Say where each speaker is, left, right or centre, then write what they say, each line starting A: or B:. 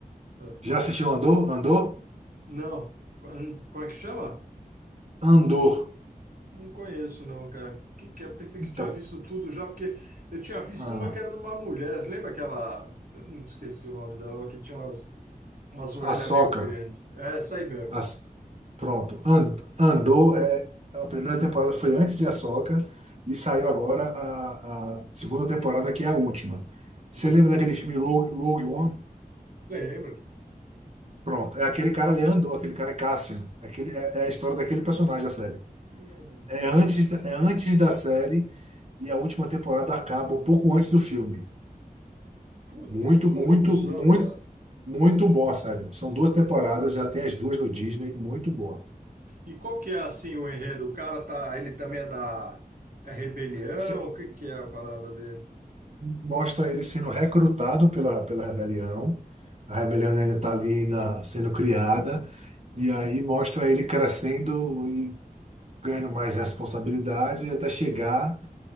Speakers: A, on the right; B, on the right.
A: É.
B: Já assistiu Andor? Andor?
A: Não, hum, como é que chama?
B: Andor.
A: Não conheço, não, cara. Que que é? Eu pensei que
B: Então,
A: tinha visto tudo já, porque eu tinha visto
B: a
A: uma que era de uma mulher. Lembra aquela. Eu não esqueci o nome dela, mas que tinha umas, umas orelhas
B: Ahsoka.
A: meio grandes. É essa aí mesmo.
B: As, pronto. An- Andor é. A primeira temporada foi antes de Ahsoka e saiu agora a, a segunda temporada, que é a última. Você
A: Uhum.
B: lembra daquele filme Rogue, Rogue One?
A: Lembra?
B: Pronto. É aquele cara ali, Andor, aquele cara é Cassian. Aquele, é, é a história daquele
A: Ah,
B: personagem da série.
A: ah, entendi.
B: É antes, da- é antes da série e a última temporada acaba um pouco antes do filme.
A: Puta,
B: Muito,
A: que confusão,
B: muito, muito,
A: cara.
B: muito boa, sério. São duas temporadas, já tem as duas no Disney, muito boa.
A: E qual que é assim o enredo? O cara tá, ele também é da é rebelião?
B: Fe-
A: O que que é a parada dele?
B: Mostra ele sendo recrutado pela, pela rebelião. A rebelião ainda está ali ainda sendo criada.
A: Uhum.
B: E aí mostra ele crescendo e ganhando mais responsabilidade até chegar